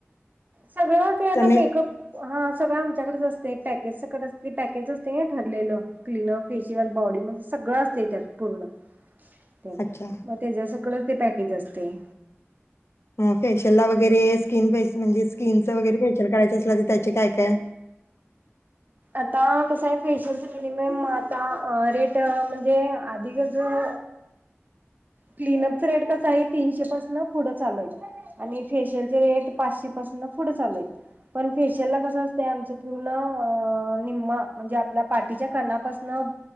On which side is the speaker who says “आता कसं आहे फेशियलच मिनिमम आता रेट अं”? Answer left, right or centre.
Right